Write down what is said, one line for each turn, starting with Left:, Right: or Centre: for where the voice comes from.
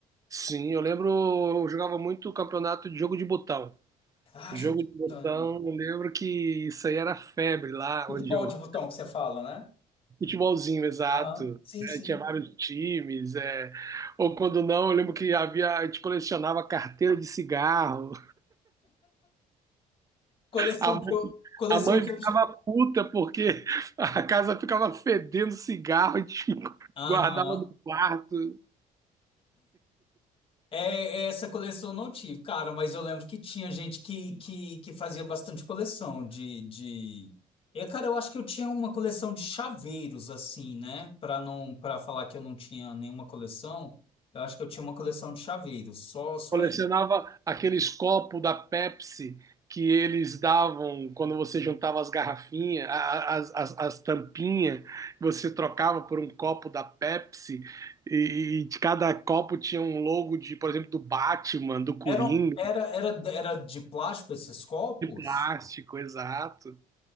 Right: Sim, eu lembro, eu jogava muito campeonato de jogo de botão.
Left: Ah,
Right: Jogo
Left: jogo de
Right: de
Left: botão.
Right: botão, eu lembro que isso aí era febre lá
Left: Futebol
Right: onde eu
Left: de botão que você fala, né?
Right: Futebolzinho, exato.
Left: Aham. Sim, sim.
Right: É, tinha vários times, é. Ou quando não, eu lembro que havia, a gente colecionava carteira de cigarro.
Left: Coleção
Right: A mãe,
Left: que eu. Coleção
Right: a mãe
Left: que
Right: ficava
Left: eu.
Right: puta porque <laughs> a casa ficava fedendo cigarro, a gente <laughs>
Left: Aham.
Right: guardava no quarto.
Left: É, é, essa coleção eu não tive, cara, mas eu lembro que tinha gente que, que, que fazia bastante coleção de, de... É, cara, eu acho que eu tinha uma coleção de chaveiros, assim, né? Para não, para falar que eu não tinha nenhuma coleção, eu acho que eu tinha uma coleção de chaveiros, só, só
Right: Colecionava
Left: aí.
Right: aqueles copos da Pepsi que eles davam quando você juntava as garrafinhas, a- as, as, as tampinhas, você trocava por um copo da Pepsi e, e de cada copo tinha um logo de, por exemplo, do Batman, do Coringa,
Left: Era, era, era, era de plástico esses copos?
Right: de plástico, exato,